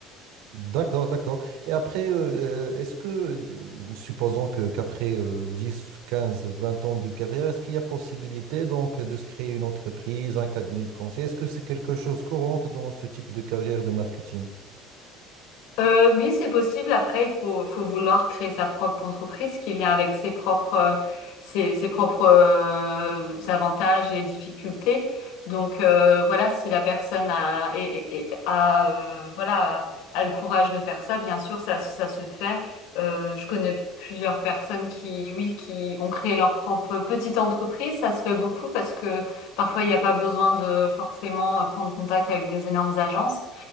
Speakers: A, on the right; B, on the left.
A: D'accord, d'accord. Et après, euh, euh, est-ce que, d- supposons que qu'après euh, 10, 15, 20 ans de carrière, est-ce qu'il y a possibilité donc de se créer une entreprise, un cabinet de conseil? Est-ce que c'est quelque chose courante dans ce type de carrière de marketing?
B: Euh, oui, c'est possible. Après, il faut, faut vouloir créer sa propre entreprise qui vient avec ses propres, euh, ses, ses propres euh, avantages et difficultés. Donc euh, voilà, si la personne a, et, et- et a, euh, voilà, a, le courage de faire ça, bien sûr, ça, ça se fait. Euh, je connais plusieurs personnes qui, oui, qui ont créé leur propre petite entreprise. Ça se fait beaucoup parce que parfois, il n'y a pas besoin de forcément euh, prendre contact avec des énormes agences.